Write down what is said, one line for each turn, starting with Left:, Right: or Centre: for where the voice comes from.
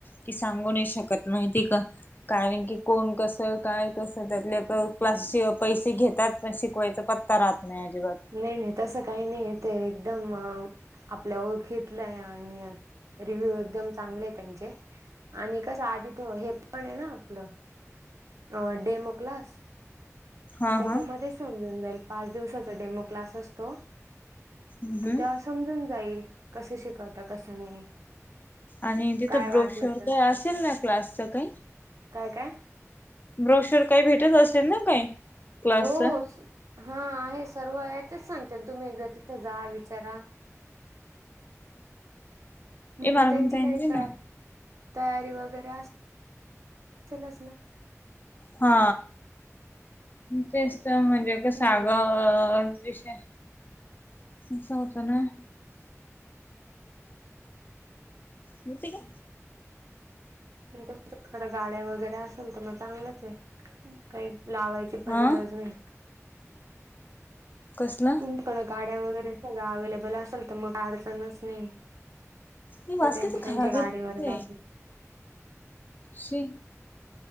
Left: की सांगू नाय शकत माहितीय का? कारण की कोण कसं काय कसं त्यातले तर क्लास पैसे घेतात पण शिकवायचं पत त्ता राहत नाय अजिबात.
Right: नाय नाय तसं काही नाहीये. ते एकदम आपल्या ओळखीतलंय आणि रिव्ह्यू एकदम चांगले ये त्यांचे आणि कसं आधी त हे पण आहे ना आपलं अ डेमो क्लास
Left: हा
Right: त्याच्यामध्ये
Left: हा
Right: समजून जाईल पाच दिवसाचा डेमो क्लास असतो.
Left: हम्म
Right: त तेव्हा
Left: हम्म.
Right: समजून जाईल कसं शिकवता कसं नाही.
Left: आणि तिथं
Right: काय वाटलं
Left: ब्रोशर
Right: तर
Left: काही असेल ना क्लासच काही
Right: काय काय
Left: ब्रोशर काही भेटत असेल ना काही क्लासच
Right: हो हो हा आहे सर्व आहे तेच सांगते ना तुम्ही एकदा तिथ जा विचारा हम्म
Left: ए मला
Right: त्यांची
Left: पण पेन
Right: कायत
Left: दे
Right: काय
Left: ना
Right: तयारी वगैरे अस असेलच ना.
Left: हा तेच त्या म्हणजे कस
Right: हम्म
Left: अग विषय असं होत नाय. बोलती का?
Right: तुमच्याकड गाड्या वगैरे असेल तर मग चांगलंच आहे. काही लावायची पण
Left: हा
Right: गरज नाही.
Left: कसलं
Right: तुम तेवढं गाड्या वगैरे सगळ्या अव्लेबल असेल तर मग अडचणच नाही.
Left: ही वास
Right: ते त्यांच्या
Left: किती
Right: त्यांच्या
Left: खराब येतोय
Right: गाडीवर जातील.
Left: शी